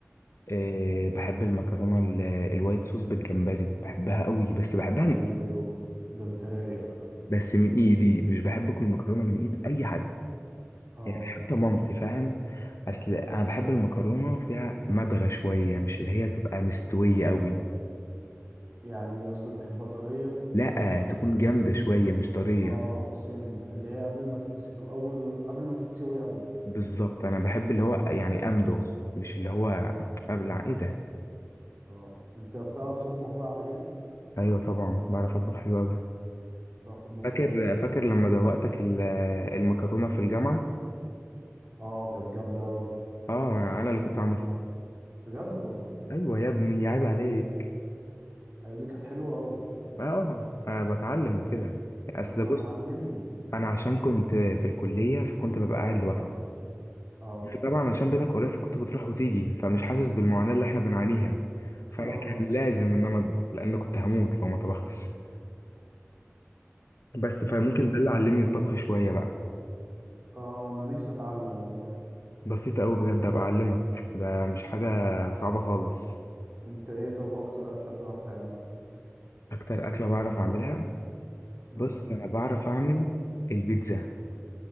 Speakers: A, on the left; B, on the right.
A: أه بحب المكرونه ال- الوايت صوص بالجمبري بحبها قوي بس بحبها
B: ايوه
A: من
B: ده انت رايق بقى
A: بس من ايدي مش بحب اكل مكرونه من ايد اي حد
B: اه
A: يعني حتى
B: ده
A: مامتي فاهم اصل انا بحب المكرونه فيها مدغه شويه مش اللي هي تبقى مستويه قوي
B: يعني ايه قصدك بتحبها طريه
A: لا تكون جامده شويه مش طريه
B: اه سنه اللي هي قبل ما تتس... اول قبل ما تتسوي قوي
A: بالظبط انا بحب اللي هو يعني امضغ مش اللي هو ابلع ايه ده
B: اه انت بتعرف تطبخ بقى على كده
A: ايوه طبعا بعرف اطبخ حلو قوي
B: بتعرف تطبخ
A: فاكر
B: حلو قوي
A: فاكر لما دوقتك ال- المكرونه في الجامعه
B: اه كانت جامده قوي
A: اه انا اللي كنت عاملها
B: بجد والله
A: ايوه يا ابني عيب عليك
B: ايوه دي كانت حلوه قوي
A: اه أنا بتعلم وكده اصل
B: طب ما
A: بص
B: تعلمني
A: انا عشان كنت في الكليه فكنت ببقى قاعد لوحدي
B: اه اه
A: طبعا عشان بيتك قريب فكنت بتروح وتيجي فمش حاسس بالمعاناة اللي احنا بنعانيها
B: <laughs>
A: فانا
B: اه
A: كان لازم ان انا اطبخ لان كنت هموت لو ما طبختش بس فممكن
B: اه
A: ده اللي علمني الطبخ شوية بقى
B: اه انا نفسي اتعلم والله
A: بسيطة قوي بجد ابقى اعلمك ده مش حاجة صعبة خالص
B: انت ايه طب اكتر اكلة بتعرف تعملها
A: اكتر اكلة بعرف اعملها
B: اه
A: بص انا بعرف اعمل البيتزا